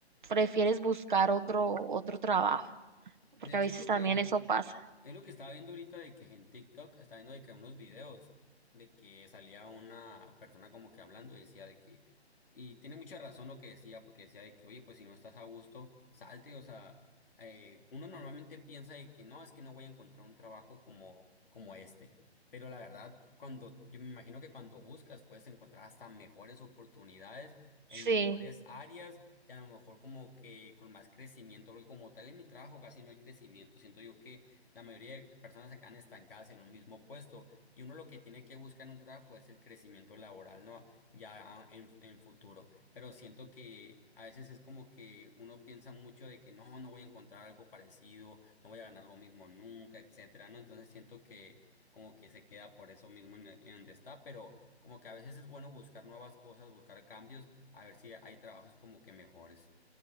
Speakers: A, on the right; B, on the left.
A: prefieres buscar otro, otro trabajo, porque
B: De hecho,
A: a veces
B: es lo
A: también
B: que
A: eso pasa.
B: Es lo que estaba viendo ahorita de que en TikTok estaba viendo de que unos videos de que salía una persona como que hablando y decía de que, y tiene mucha razón lo que decía, porque decía de que, oye, pues si no estás a gusto, salte, o sea, eh, uno normalmente piensa de que no, es que no voy a encontrar un trabajo como, como este, pero la verdad, cuando, yo me imagino que cuando buscas puedes encontrar hasta mejores oportunidades
A: Sí.
B: en mejores áreas y a lo mejor como que con más crecimiento, porque como tal en mi trabajo casi no hay crecimiento, siento yo que la mayoría de personas se quedan estancadas en un mismo puesto y uno lo que tiene que buscar en un trabajo es el crecimiento laboral, ¿no? Ya en, en futuro. Pero siento que a veces es como que uno piensa mucho de que no, no voy a encontrar algo parecido, no voy a ganar lo mismo nunca, etcétera, ¿no? Entonces siento que como que se queda por eso mismo en, en donde está, pero como que a veces es bueno buscar nuevas cosas, buscar cambios, a ver si hay trabajos como que mejores.